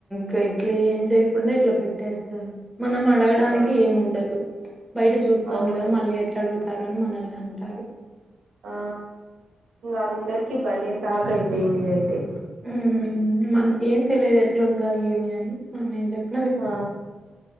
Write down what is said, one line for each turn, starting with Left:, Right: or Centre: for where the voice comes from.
Centre: హు ఇట్లే ఏం చేతే ఇప్పుడున్న ఇట్లా పెట్టేస్తారు మనం అడగడానికి
Right: ఆ
Centre: ఏముండదు బయట చూస్తా
Right: అవును
Centre: కదా మళ్ళీ ఎట్లా అడుగుతం అ రామ్ అని మనల్ని అంటారు
Right: ఆ ఇంకా అందరికి బాలే సక్ ఐది పేత్ర్ అయితే
Centre: ఉమ్ మనం ఏం తెలియదు ఎట్లా ఉందా ఏమి అని మనం ఏం చెప్
Right: ఆ